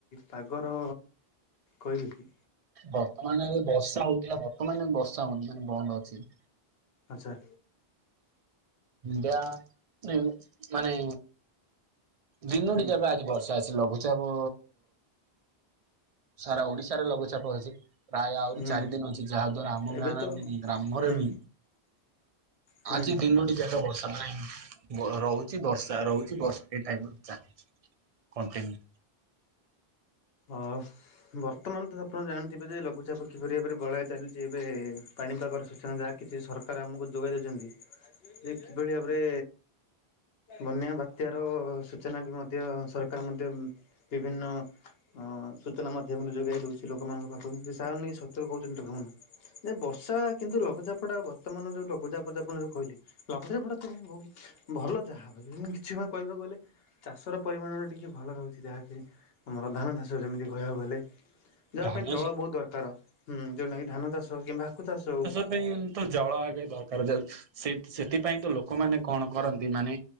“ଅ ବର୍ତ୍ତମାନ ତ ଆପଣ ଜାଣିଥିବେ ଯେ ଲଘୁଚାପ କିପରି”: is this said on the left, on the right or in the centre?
Left